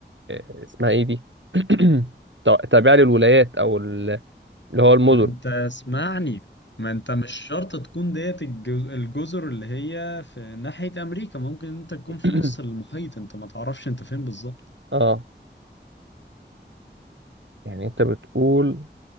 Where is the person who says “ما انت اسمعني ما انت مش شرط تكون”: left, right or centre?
Left